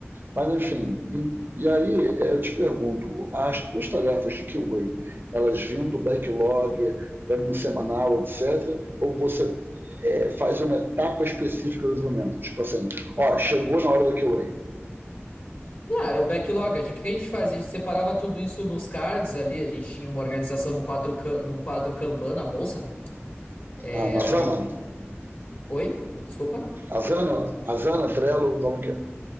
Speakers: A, on the right; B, on the left.
A: Mas, enfim, em, e aí é, eu te pergunto, as tuas tarefas de QA, elas vêm do backlog, planning semanal, etc., ou você é, faz uma etapa específica do desenvolvimento? Tipo assim, ó, chegou na hora da QA.
B: Não, era um backlog. A gente- O que a gente fazia? A gente separava tudo isso nos cards ali. A gente tinha uma organização num quadro, ca- num quadro Kanban na bolsa, né? É,
A: Na, na
B: ali.
A: Zana,
B: Oi? Desculpa.
A: a Zana, a Zana, Trello, vamos que é.